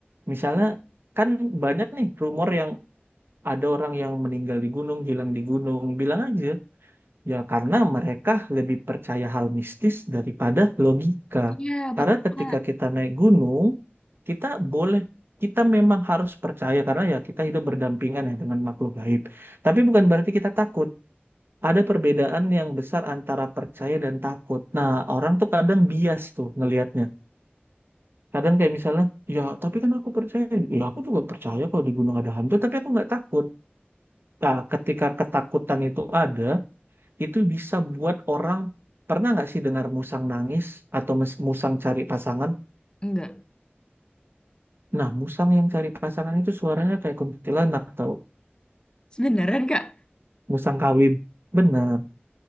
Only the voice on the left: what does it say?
iya
betul
kak
enggak
sebeneran kak